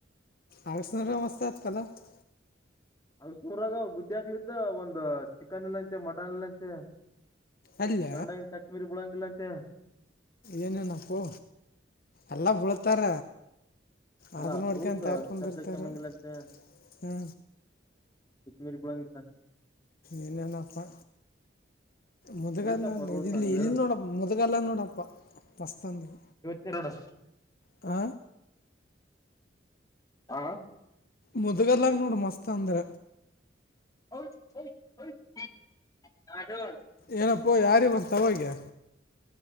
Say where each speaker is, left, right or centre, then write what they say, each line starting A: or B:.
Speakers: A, on the left; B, on the left.
A: ಆಗಸನರಾಮ ಮಸ್ತತ್ ಪಲ್ಲ <unintelligible>
B: ಅವೆಷ್ಟು ಉರಗ ಗುದ್ದಿ ಹಾಕ್ಲಿದ್ದ ಒಂದು ಚಿಕನ್ ಇಲ್ಲಂತೆ ಮಟನ್ ಇಲ್ಲಂತೆ
A: ಅಲ್ಲ
B: ಗಂಡ ಹೆಂಡ್ತಿ <unintelligible> ತ್ತ
A: ಏನೇನಪ್ಪು ಎಲ್ಲ ಬೀಳ್ತಾರ
B: ಅಲ್ಲಾ
A: ಆದ್ರೂ ನೋಡ್ಕೊಂಡು
B: ರೂಲ್ಸ್
A: ತಾರ್ಕೊಂಡಿರ್ತಾರೆ
B: ಚಪ್ಲಿ ಅಕ್ಕಮ್ಮಂಗ್ ಇಲ್ಲಂತೆ
A: ಹ್ಞೂ
B: ಮಿರಿ ಬಿಳಂಗಿಲ್ಲಂತೆ
A: ಏನೇನಪ್ಪಾ ಮುದ್ಗಲ್ಲ
B: ಐತಪ್ಪ ರೂಲ್ಸ್
A: ಇಲ್ಲಿ
B: ಹಂಗ
A: ಇಲ್ಲಿ
B: ಹೇಳಿದ್ರು
A: ನೋಡ ಮುದಗಲ್ಲ ನೋಡಪ್ಪ ಮಸ್ತಂದರ
B: ತಿರಡು
A: ಆ
B: ಹ
A: ಮುದ್ಗಲ್ಲಾಗ ನೋಡ ಮಸ್ತ್ ಅಂದ್ರ
B: ಹೌ ಅದ <unintelligible>
A: ಏನಪ್ಪೋ ಯಾರ ಬಂತವಾಗೆ